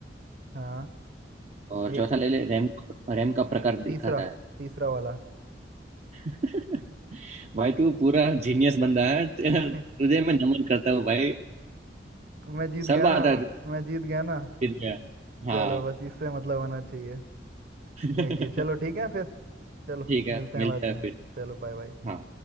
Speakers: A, on the right (about 60°); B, on the right (about 40°).
A: हाँ
B: और
A: ये,
B: चौथा ले ले रैम रैम
A: ये
B: का प्रकार दिखाता
A: तीसरा
B: है
A: तीसरा वाला
B: <laughs> भाई तू पूरा जीनियस बंदा है <laughs>
A: <laughs>
B: तुझे मैं नमन करता हूँ भाई
A: मैं जीत गया
B: सब आता
A: ना
B: है
A: मैं जीत गया ना
B: तुझे
A: चलो
B: हाँ
A: बस इससे मतलब होना चाहिए
B: <laughs> ठीक
A: यही चाहिए चलो ठीक है फिर चलो
B: है
A: मिलते
B: मिलता
A: हैं बाद
B: है
A: में
B: फिर
A: चलो बाय बाय
B: हाँ